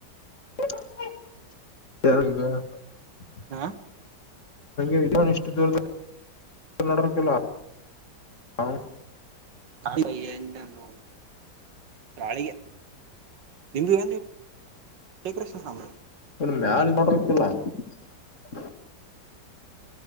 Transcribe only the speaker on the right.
ಹಾ.
ಪಾಪ ಹೆಂಗ್ ನೋಡ್ ನಾಳಿಗೆ. ನಿಂದು <inaudible> ಹೆ ಕೃಷ್ಣಾಮ